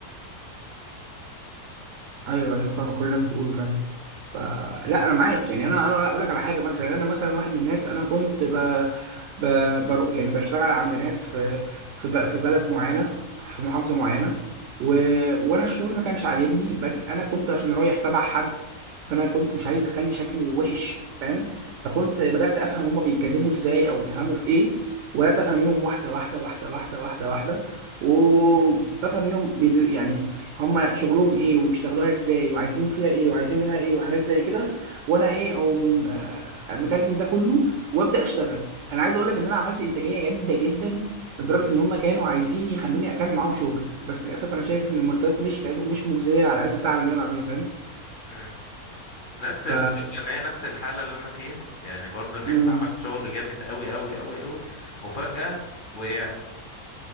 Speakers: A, on the right (about 65°); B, on the left (about 45°).
A: ايوه ايوه فاهم كل الناس بتقوله فعلا فلا انا معاك يعني انا انا اقول لك على حاجه مثلا يعني انا مثلا واحد من الناس انا كنت ب... ب... بر... يعني بشتغل عند ناس في في ب... في بلد معينه في محافظه معينه و... وانا الشغل ما كانش عاجبني بس انا كنت عشان رايح تبع حد فانا كنت مش عايز اخلي شكله وحش فاهم فكنت بدات افهم هما بيتكلموا ازاي او بيفهموا في ايه وبدات افهم منهم واحده واحده واحده واحده واحده واحده وبفهم منهم بيد... يعني هما شغلهم ايه وبيشتغلوها ازاي وعايزين فيها ايه وعايزين منها ايه وحاجات زي كده وانا ايه اقوم آه، مترجم ده كله وابدا اشتغل انا عايز اقول لك ان انا عملت انتاجيه جامده جدا لدرجه ان هما كانوا عايزين يخلوني اكمل معاهم شغل بس للاسف انا شايف ان المرتبات مش بتاعتهم مش مجزيه على قد التعب اللي انا بعمله فاهم
B: مم. نفس
A: ف
B: تصدق ان هي نفس الحالة اللي انا فيها يعني برضو ان
A: امم
B: انت عملت شغل جامد قوي قوي قوي قوي وفجأة وقعت